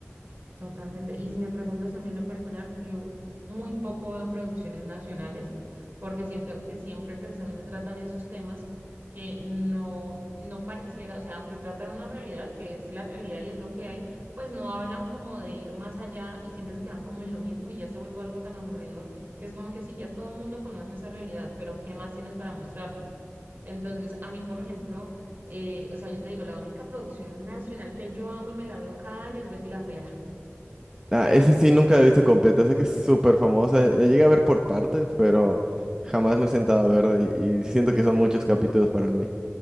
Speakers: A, on the right; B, on the right.
A: Totalmente. Y si me preguntas a mí en lo personal, yo muy poco veo producciones nacionales porque siento que siempre precisamente tratan esos temas que no, no pareciera, o sea, aunque tratan una realidad que es la realidad y es lo que hay, pues no hablan como de ir más allá y siempre se quedan como en lo mismo y ya se vuelve algo tan aburridor que es como que sí, ya todo el mundo conoce esa realidad, pero ¿qué más tienes para mostrarme? Entonces, a mí, por ejemplo, eh, o sea, yo te digo, la única producción nacional que yo amo y me la veo cada año es Betty la Fea.
B: Ah, ese sí nunca lo he visto completa, sé que es súper famosa, la llegué a ver por partes, pero jamás me he sentado a verla y, y siento que son muchos capítulos para mí.